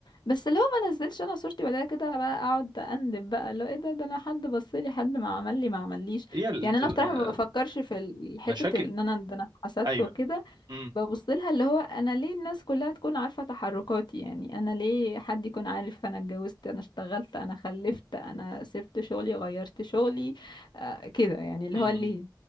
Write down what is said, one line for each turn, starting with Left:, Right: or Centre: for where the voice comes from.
Left: بس لو ما نزلش انا صورتي وبعدين كده بقى اقعد اندب بقى اللي هو ايه ده ده انا حد بصلي حد ما عمل لي ما عمليش
Right: هي ال-
Left: يعني
Right: انت
Left: انا
Right: ال-
Left: بصراحة
Right: آه،
Left: ما بفكرش في ال- حتة
Right: مشاكل
Left: ال- ان انا ده انا اتحسدت
Right: ايوه
Left: وكده
Right: امم
Left: ببص لها اللي هو انا ليه الناس كلها تكون عارفة تحركاتي يعني انا ليه حد يكون عارف انا اتجوزت انا اشتغلت انا خلفت انا سبت شغلي غيرت شغلي آه كده يعني اللي
Right: امم
Left: هو ليه
Right: إمم.